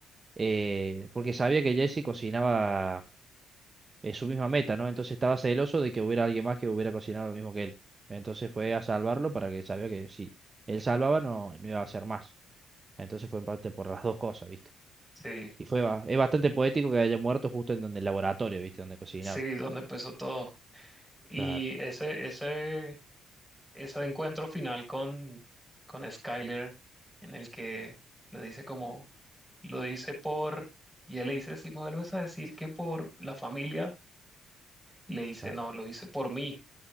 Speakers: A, on the right (about 30°); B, in the centre.
A: eh, porque sabía que Jesse cocinaba eh, su misma meta, ¿no? Entonces estaba celoso de que hubiera alguien más que hubiera cocinado lo mismo que él. Entonces fue a salvarlo para que sabía que si él salvaba no, no iba a hacer más. Entonces fue en parte por las dos cosas, ¿viste?
B: sí,
A: Y fue ba- es bastante poético que haya muerto justo en donde el laboratorio, ¿viste? Donde cocinaba.
B: sí, donde empezó todo. Y
A: Claro,
B: ese, ese, ese encuentro final con, con Skyler, en el que le dice como, lo dice por, y él le dice, si me vuelves a decir que por la familia, y le dice,
A: claro,
B: no, lo hice por mí,